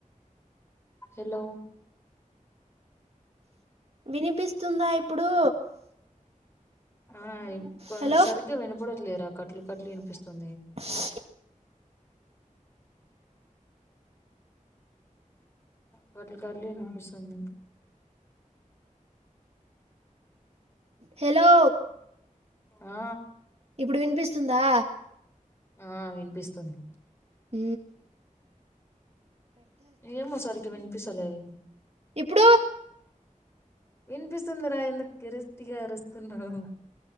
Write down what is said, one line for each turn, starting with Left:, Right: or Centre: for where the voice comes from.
Left: హలో
Right: వినిపిస్తుందా ఇప్పుడు
Left: ఆ
Right: హలో
Left: సరిగ్గా వినపడట్లేరా కట్లు కట్లు వినిపిస్తుంది
Right: <inaudible>
Left: కట్లు కట్లు వినిపిస్తుంది
Right: హలో
Left: ఆ
Right: ఇప్పుడు వినిపిస్తుందా
Left: ఆ వినిపిస్తుంది
Right: అ
Left: ఏ మోసరిగ్గా వినిపిస్తలేదు
Right: ఇప్పుడు
Left: వినిపిస్తుందిరా ఇంతకు కిరిస్టిగా అరుస్తున్నావు